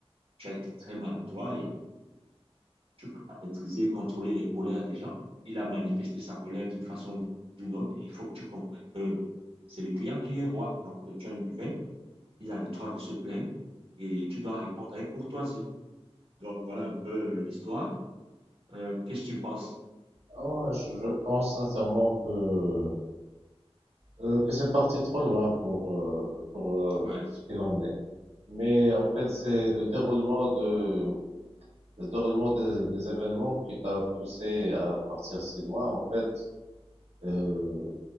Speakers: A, on the right; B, on the right.
A: Tu as été très maladroit et Tu ne peux pas maîtriser, contrôler les colères des gens. Il a manifesté sa colère d'une façon ou d'une autre. Et il faut que tu comprennes que c'est le client qui est roi. Donc, euh, tu as une buvette, il a le droit de se plaindre et tu dois répondre avec courtoisie. Donc, voilà un peu euh, l'histoire. Euh, qu'est-ce que tu penses?
B: Ah ouais, je, je pense sincèrement que euh, que c'est parti trop loin pour euh, pour euh,
A: Ouais.
B: ce qu'il en est. Mais en fait, c'est le déroulement de le déroulement de- des événements qui t'a poussé à partir si loin. En fait, euh,